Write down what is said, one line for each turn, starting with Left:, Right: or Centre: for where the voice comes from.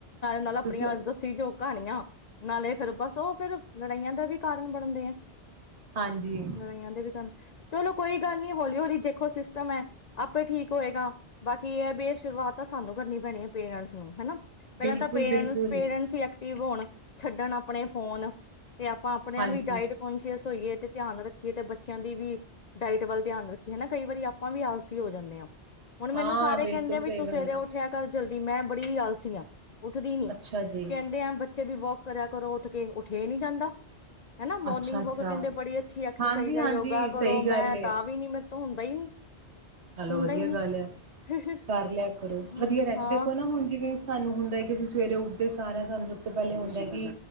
Left: ਨਾਲ ਆਪਣੀਆਂ
Right: ਤੁਸੀਂ
Left: ਦੱਸੀ ਜੋ ਕਹਾਣੀਆਂ ਨਾਲੇ ਫਿਰ ਬਸ ਉਹ ਫਿਰ ਲੜਾਈਆਂ ਦਾ ਵੀ ਕਾਰਨ ਬਣਦੇ ਆ
Right: ਹਾਂਜੀ
Left: ਲੜਾਈਆਂ ਦੇ ਵੀ ਚਲੋ ਕੋਈ ਗੱਲ ਨਹੀਂ ਹੌਲੀ ਹੌਲੀ ਦੇਖੋ ਸਿਸਟਮ ਹੈ ਆਪੇ ਠੀਕ ਹੋਏਗਾ ਬਾਕੀ ਸ਼ੁਰੂਆਤ ਤਾਂ ਸਾਨੂੰ ਕਰਨੀ ਪੈਣੀ ਹ ਪੇਰੈਂਟਸ ਨੂੰ ਹਨਾ ਪਹਿਲਾਂ
Right: ਬਿਲਕੁਲ
Left: ਤਾਂ ਪੇਰ
Right: ਬਿਲਕੁਲ
Left: ਨੂੰ ਪੇਰੈਂਟ ਸੀ ਹੁਣ ਛੱਡਣ ਆਪਣੇ ਫੋਨ ਆਪਾਂ ਆਪਣੇਆ
Right: ਹਾਂਜੀ
Left: ਵੀ ਡਾਇਟ ਕੋਨਸ਼ੀਅਸ ਹੋਈਏ ਤੇ ਧਿਆਨ ਰੱਖੀਏ ਤੇ ਬੱਚਿਆਂ ਦੀ ਵੀ ਟਾਈਟ ਵੱਲ ਧਿਆਨ ਰੱਖੀ ਹੈ ਨਾ ਕਈ ਵਾਰੀ ਆਪਾਂ ਵੀ ਆਲਸੀ ਹੋ ਜਾਂਦੇ ਆਂ ਹੁਣ ਮੈਨੂੰ
Right: ਹਾਂ
Left: ਸਾਰੇ
Right: ਬਿਲਕੁਲ
Left: ਕਹਿੰਦੇ ਆ ਵੀ
Right: ਸਹੀ
Left: ਤੂੰ
Right: ਗੱਲ
Left: ਸਵੇਰੇ
Right: ਹੈ
Left: ਉੱਠਿਆ ਕਰ ਚਲ ਤੇ ਮੈਂ ਬੜੀ ਆਲਸੀ ਆਂ ਉੱਠਦੀ ਨਹੀਂ
Right: ਅੱਛਾ ਜੀ
Left: ਕਹਿੰਦੇ ਆ ਸੇ ਵੀ ਵਾਕ ਕਰਿਆ ਕਰੋ ਉੱਠ ਕੇ ਉੱਠਿਆ ਨਹੀਂ ਜਾਂਦਾ ਮੈਂ ਨਾ ਮਾਰਨਿੰਗ
Right: ਅੱਛਾ ਅੱਛਾ
Left: ਫੋਕ ਕਹਿੰਦੇ ਬੜੀ ਅੱਛੀ ਐਕਸਰਸਾਈਜ਼
Right: ਹਾਂਜੀ
Left: ਹੈ
Right: ਹਾਂਜੀ
Left: ਯੋਗਾ ਕਰੋ
Right: ਸਹੀ ਗੱਲ
Left: ਮੈਂ
Right: ਏ
Left: ਤਾਂ ਵੀ ਨਹੀਂ ਮੈ ਕੋਈ ਨੀ
Right: ਚਲੋ
Left: ਹੁੰਦਾ
Right: ਵਧੀਆ
Left: ਹੀ
Right: ਗੱਲ ਲਿਆ
Left: ਨਹੀਂ
Right: ਕਰ ਲਿਆ ਕਰੋ
Left: ਹਾਂ
Right: ਵਧੀਆ ਰਹਿੰਦੇ
Left: ਹਾਂ
Right: ਦੇਖੋ ਨਾ ਹੁਣ ਜਿਵੇਂ ਸਾਨੂੰ ਹੁੰਦਾ ਕਿ ਅਸੀਂ ਸਵੇਰੇ ਉੱਠਦੇ ਸਾਰਿਆਂ ਸਾਨੂੰ ਉਸ ਤੋਂ ਪਹਿਲੇ ਹੁੰਦਾ ਕਿ